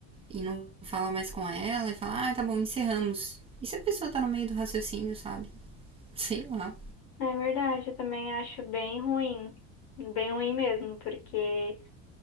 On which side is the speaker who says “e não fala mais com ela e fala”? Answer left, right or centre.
Right